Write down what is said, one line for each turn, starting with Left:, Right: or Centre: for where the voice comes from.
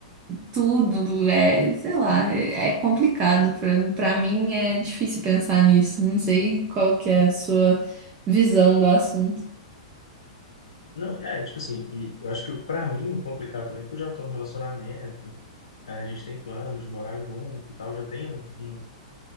Right: tudo é, sei lá, é é complicado. Pra, pra mim é difícil pensar nisso. Não sei qual que é a sua visão do assunto.
Left: Não, é, tipo assim, e eu acho que pra mim o complicado também, é porque eu já tô num relacionamento, é, a gente tem planos de morar junto e tal, já tem um, um